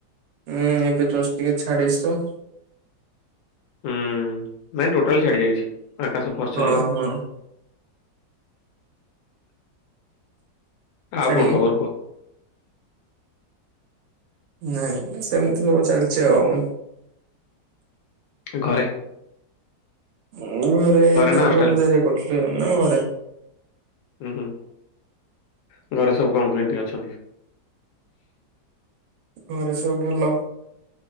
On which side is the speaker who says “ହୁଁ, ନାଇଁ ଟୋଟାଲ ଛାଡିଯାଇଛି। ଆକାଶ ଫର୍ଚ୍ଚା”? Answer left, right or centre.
Left